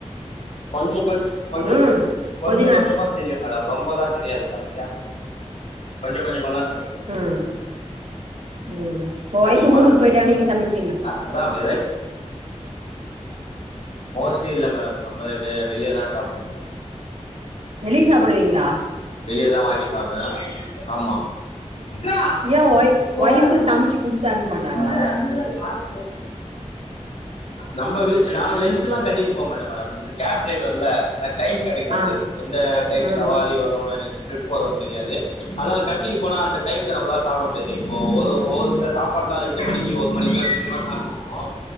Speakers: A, on the left; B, on the right.
A: கொஞ்சொ கொஞ் கொஞ்சொக்
B: ம்
A: கொஞ்சொ
B: புதினா
A: கொஞ்சொமா தெரியும் மேடம் ரொம்பல்லா தெரியாது சமைக்க கொஞ்ச கொஞ்சமா தா சமைப்ப
B: ம் ம் உங்க வொய்ஃப்
A: அதிகமாலா
B: ஊருக்கு
A: தெரியாது
B: போயிட்டா நீங்க சமைப்பீங்ளா
A: நா அதா வெதக் மோஸ்ட்லி இல்ல மேடம் நம்ம வெ வெளியதா சாப்டுவோ
B: வெளிய சாப்டுவீங்களா
A: வெளியதா வாங்கி சாப்டுவ ஆமா விக்ரா
B: ஏன் ஒய்
A: போட
B: ஒய்ஃப்
A: விடுவ
B: சமைச்சு குடுத்து அனுப்ப மாட்டாங்களா
A: அந்த அந்த வாரக் நம்ப வீட் நாங்க லன்ச் எல்லா கட்டிட்டு போக மாட்ட மேடம் கேப் டிரைவர்ல ஆனா டைம் கெடைக்காது
B: ஆ
A: எந்த டைம்
B: ம்
A: சவாரி வரு எனக்கு ட்ரிப் வருன் தெரியாது அதனால கட்டிட்டு போனா அந்த டைம்ல நம்பளால சாப்ட முடியாது இப்போ ஒரு ஒரு சில சாப் சாப்பாடுலா எட்டு மணிக்கு ஒரு மணிக்கு சூடா சாப்டணு